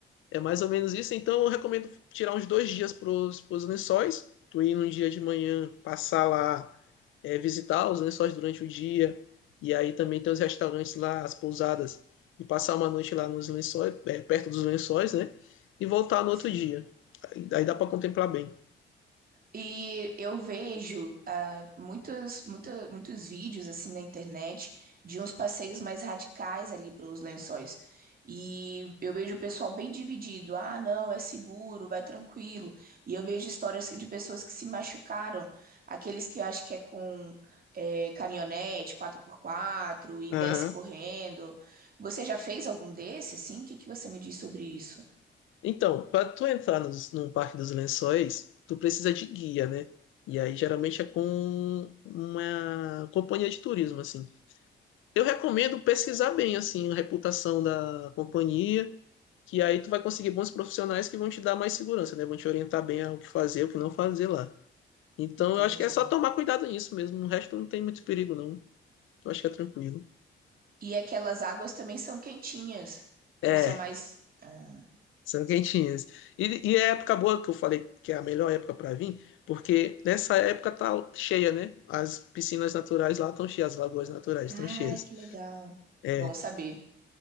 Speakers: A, on the left; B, on the right.
A: é mais ou menos isso. Então, eu recomendo tirar uns dois dias pros, pros lençóis. Tu ir num dia de manhã, passar lá, é, visitar os lençóis durante o dia. E aí também tem os restaurantes lá, as pousadas. E passar uma noite lá nos lençóis, é, perto dos lençóis, né? E voltar no
B: sim.
A: outro dia. Aí, aí dá para contemplar bem.
B: E eu vejo ah, muitos, muita- muitos vídeos assim na internet de uns passeios mais radicais ali pelos Lençóis. E eu vejo o pessoal bem dividido. Ah, não, é seguro, vai tranquilo. E eu vejo histórias de pessoas que se machucaram, aqueles que eu acho que é com eh, caminhonete quatro por quatro e
A: Aham.
B: desce correndo. Você já fez algum desse assim? O que que você me diz sobre isso?
A: Então, para tu entrar nos, num Parque dos Lençóis, tu precisa de guia, né? E aí geralmente é com uma companhia de turismo, assim. Eu recomendo pesquisar bem, assim, a reputação da companhia, que aí tu vai conseguir bons profissionais que vão te dar mais segurança, né? Vão te orientar bem ao que fazer, o que não fazer lá. Então,
B: Entendi.
A: eu acho que é só tomar cuidado nisso mesmo. O resto não tem muito perigo, não. Eu acho que é tranquilo.
B: E aquelas águas também são quentinhas.
A: É,
B: Ou são mais. Ah.
A: São quentinhas. E, e é a época boa que eu falei que é a melhor época para vir, porque nessa época tá cheia, né? As piscinas naturais lá estão cheias, as lagoas naturais
B: Ai,
A: estão cheias.
B: que legal.
A: É,
B: Bom saber.